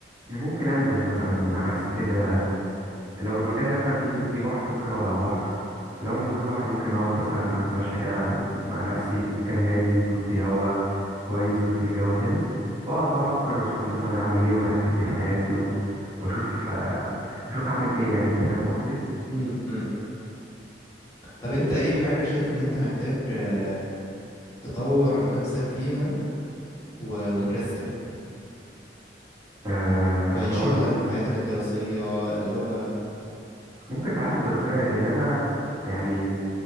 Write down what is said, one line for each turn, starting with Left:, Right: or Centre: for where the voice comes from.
Right: ممكن انزل مثلا مع نفسي كده لو المكان اللي انا فيه فيه بحر ممكن اقعد على البحر لو ما فيهوش بحر ممكن اقعد مثلا اتمشى كده مع نفسي في مكان هادي يكون فيه هوا كويس ويكون الجو حلو واقعد بقى افكر واشوف مثلا هعمل ايه وهرتب ايه في حياتي و... واشوف آه، اشوف هعمل ايه يعني انت فاهم قصدي
Left: امم امم. طب انت ايه حاجة شايف ان انت محتاج آه، تطور نفسك فيها و- ومكسل
Right: آه،
Left: في
Right: اطور
Left: شغلك
Right: نفسي.
Left: في حياتك الدراسية اللغة
Right: ممكن في حياتي الدراسيه لان انا يعني